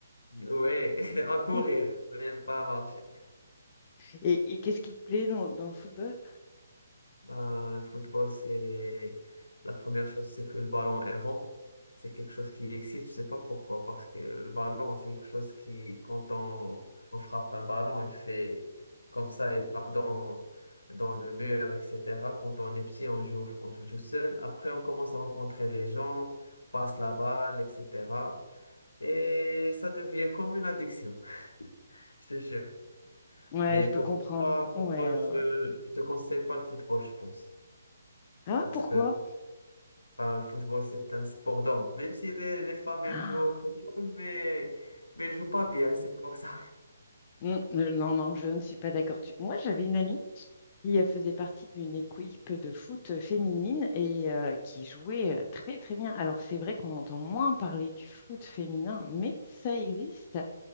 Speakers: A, on the left; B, on the left.
A: Ouais, <laughs> à courir,
B: <laughs>
A: même pas à marcher.
B: Et, et qu'est-ce qui te plaît dans, dans le football?
A: Ben, le football, c'est la première chose, c'est que le ballon est rond. C'est quelque chose qui excite, je sais pas pourquoi, parce que le ballon, c'est quelque chose qui, quand on, on frappe un ballon, il fait comme ça, il frappe dans, dans le mur, etc. Quand on est petit, on joue, on joue tout seul. Après, on commence à rencontrer les gens, passe la balle, etc. Et ça devient comme une addiction, je te jure.
B: Ouais,
A: Mais
B: je
A: pourquoi,
B: peux comprendre. Ouais,
A: pourquoi
B: ouais,
A: je
B: ouais.
A: ne te conseille pas le football, je pense.
B: Ah,
A: Parce
B: pourquoi?
A: que Enfin, le football, c'est un sport d'homme. Même si les, les femmes,
B: <gasps>
A: elles jouent au football, mais, mais elles jouent pas bien, c'est pour ça.
B: Ah, mm, euh, non, non, je ne suis pas d'accord. Tu- Moi, j'avais une amie qui euh, faisait partie d'une équipe de foot féminine et euh, qui jouait euh, très très bien. Alors c'est vrai qu'on entend moins parler du foot féminin, mais ça existe.